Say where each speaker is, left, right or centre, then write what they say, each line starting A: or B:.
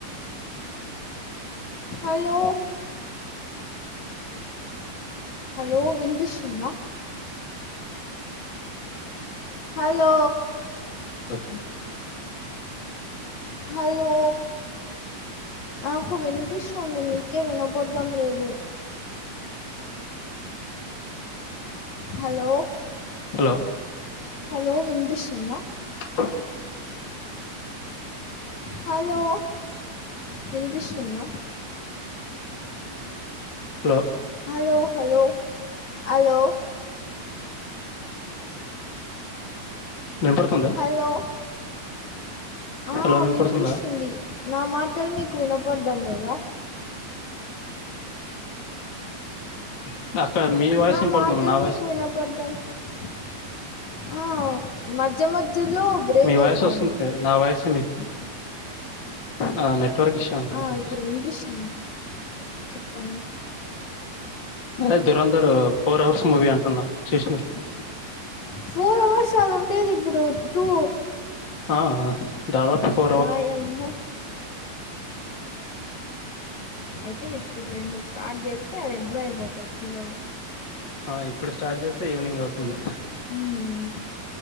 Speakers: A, on the left; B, on the left.
A: hello hello వినిపిస్తుంద హలో
B: స
A: హలో నాకు వినిపిస్తుంది మీకే <unintelligible> <unintelligible> లేదు హలో
B: హలో
A: హలో వినిపిస్తుంద
B: ఆ
A: హలో వినిపిస్తుంద
B: హలో
A: హలో హలో హలో
B: వినపడుతుందా
A: హలో ఆ
B: హలో వినపడుతుందా
A: వినిపిస్తుంది నా మాటలు మీకు వినపడ్డం లేదా
B: <unintelligible>
A: నా మాటల్
B: నా వాయిస్
A: మీకు <unintelligible> ఆ మధ్య మధ్యలో బ్రేక్
B: మీ వాయిస్
A: అయితంది
B: వస్తుంది నా వాయిసే <unintelligible> <unintelligible> అనుకుంటా
A: ఆ ఇప్పుడు <unintelligible> చెప్పండి
B: అదే దురంధర్ ఫోర్ అవర్స్ మూవీ అంటున్నా చూసి <unintelligible>
A: ఫోర్ అవర్స్ అది ఉండేది ఇప్పుడు టూ
B: ఆ దాదాపు ఫో
A: వాయమ్మ అయితే ఇప్పుడు రెండ్కి స్టార్ట్ చేస్తే అది <unintelligible> అయిపోతది చూడల
B: ఆ ఇప్పుడు స్టార్ట్ చేస్తే ఈవినింగ్ అవుతుంది
A: ఉమ్